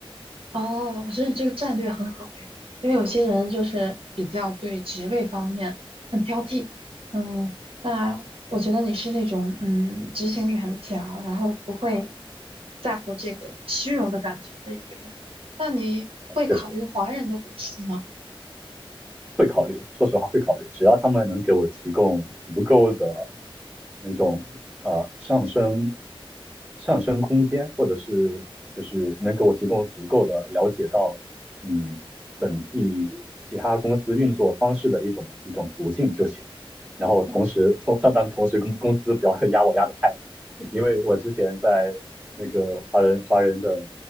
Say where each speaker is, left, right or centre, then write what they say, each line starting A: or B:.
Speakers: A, on the right; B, on the right.
A: 哦，我觉得这个战略很好诶，因为有些人就是比较对职位方面很挑剔，嗯，那我觉得你是那种嗯执行力很强，然后不会在乎这个虚荣的感觉的一个人。那你会考虑华人的公司吗？
B: 确实会考虑，说实话会考虑，只要他们能给我提供足够的那种呃上升上升空间，或者是就是能给我提供足够的了解到嗯本地其他公司运作方式的一种一种途径就行。然后同时，
A: 嗯
B: 同但但同时工工资不要 <laughs> 压我压得太狠，因为我之前在那个华人华人的